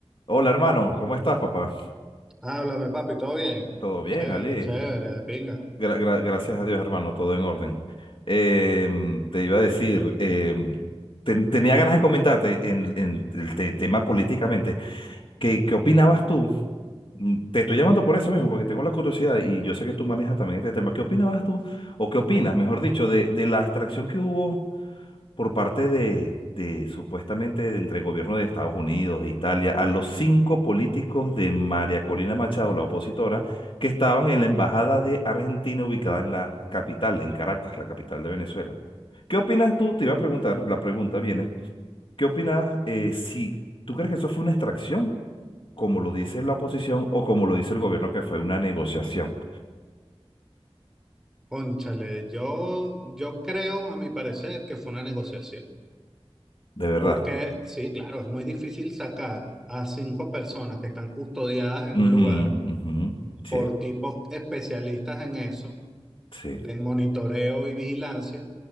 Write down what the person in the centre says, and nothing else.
Háblame, papi, ¿todo bien?
Chévere,
chévere, de pinga.
Cónchale, yo, yo creo, a mi parecer, que fue una negociación.
Porque sí, claro, es muy difícil sacar a cinco personas que están custodiadas en un
lugar
por tipos especialistas en eso,
de monitoreo y vigilancia,